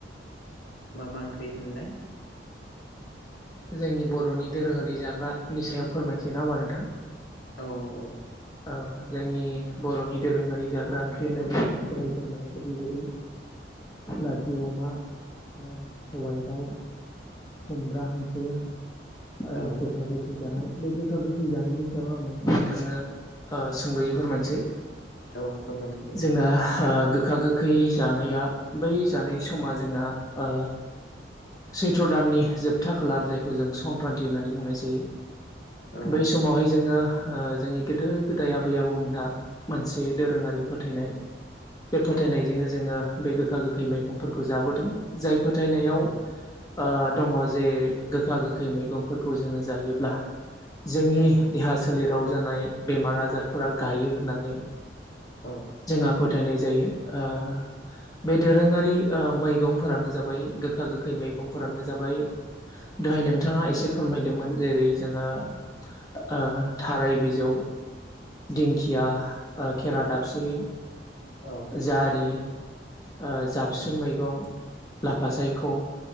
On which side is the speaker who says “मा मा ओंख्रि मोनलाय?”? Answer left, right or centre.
Left